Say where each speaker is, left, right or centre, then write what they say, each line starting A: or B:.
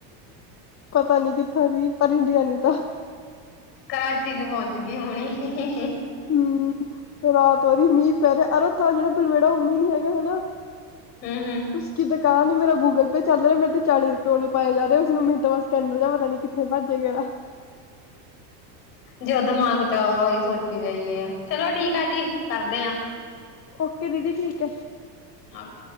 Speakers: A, on the left; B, on the left.
A: ਪਤਾ ਨੀ ਕਿੱਥੋਂ ਦੀ ਪਰ ਇੰਡੀਆ ਨੀ ਤਾਂ।
B: ਕਰਾਚੀ 'ਚ ਪਹੁੰਚ ਗਈ ਹੁਣੀ।
A: ਹਮ, ਰਾਤ ਹੀ ਮੀਂਹ ਪੈ ਰਿਹਾ ਅਰੋ ਥ ਜਿਹੜਾ ਬਲਮੇੜਾ ਉਹ ਮਂ ਨੀ ਹੈਗਾ ਹਨਾ।
B: ਹਮ-ਹਮ।
A: ਉਸਦੀ ਦੁਕਾਨ ਮੇਰਾ ਗੂਗਲ ਪੇਅ ਚੱਲ ਰਿਹਾ ਮੇਰੇ ਤੇ ਚਾਲੀ ਰੁਪਏਓ ਨੀ ਪਾਏ ਜਾ ਰਹੇ ਉਸਨੂੰ ਮਿੰਟ ਸਕੈਨਰ ਜਾਂ ਪਤਾੀ ਕੀਤਾ ਉਥੇ ਭੱਜੇ ਗਿਆ।
B: ਜੋ ਦਿਮਾਗ ਚਲ ਉਹੀ ਸੋਚੀ ਗਈ ਹੈ ਚਲੋ ਠੀਕ ਆ ਜੀ ਕਰਦੇ ਹਾਂ।
A: ਓਕੇ ਦੀਦੀ ਠੀਕ ਹੈ।
B: ਨੱਥ।